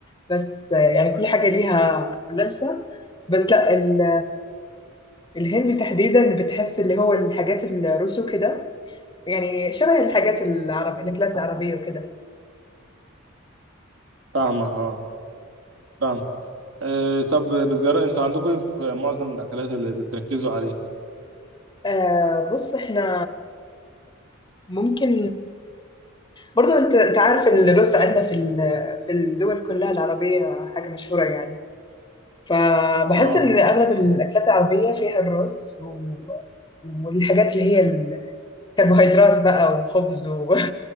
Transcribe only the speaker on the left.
بس آه، يعني كل حاجه ليها لمسه بس لا ال- الهندي تحديدا بتحس اللي هو الحاجات الرسو كده يعني شبه الحاجات العرب الأكلات العربية وكده
آه بص احنا ممكن برضو انت انت عارف ان الرز عندنا في ال- في الدول كلها العربية حاجة مشهورة يعني فبحس
ان اغلب الاكلات العربية فيها الرز و... والحاجات اللي هي الكربوهيدرات بقى وخبز و...